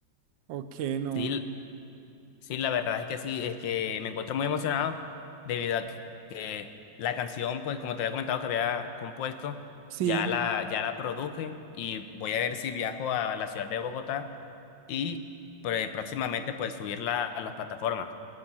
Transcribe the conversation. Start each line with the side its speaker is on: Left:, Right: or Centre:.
Right: o qué no?
Left: Sí, sí, la verdad es que sí, es que me encuentro muy emocionado debido a que la canción, pues como te había comentado que había compuesto,
Right: Sí.
Left: ya la, ya la produje y voy a ver si viajo a la ciudad de Bogotá y pues, próximamente pues subirla a las plataformas.